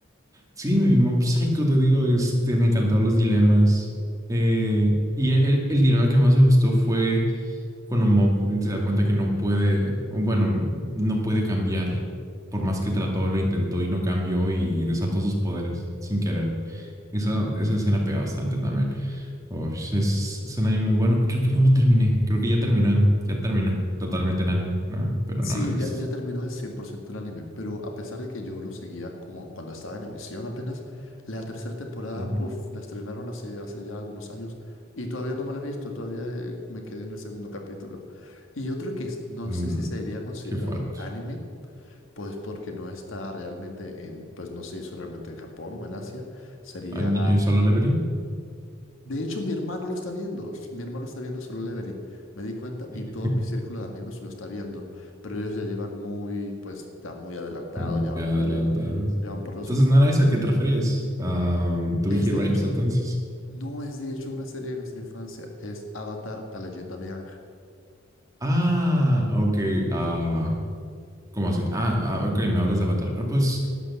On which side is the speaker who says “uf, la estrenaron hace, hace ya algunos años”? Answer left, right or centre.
Left